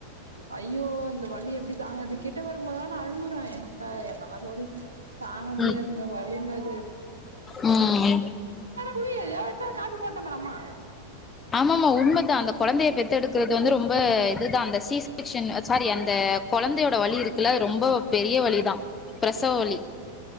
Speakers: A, on the right; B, on the left.
A: ஐயோ இந்த வலி எப்டி தாங்கிறது கிட்ட பத நாள் அழுவுற எங்க என்னதா தோழி தாங்க முடியாதுங்க
B: ம்
A: வலிங்க அ
B: ம் எங்
A: புரிய எதோ எத் காபி போட்டம் பாரு அம்மா
B: ஆமாஆமா உண்மதா அந்த கொழந்தைய பெத்தெடுக்குறது வந்து ரொம்ப இதுதா அந்த சி செக்சன் சாரி அந்த கொழந்தையோட வலி இருக்குல ரொம்ப பெரிய வலிதா பிரசவ வலி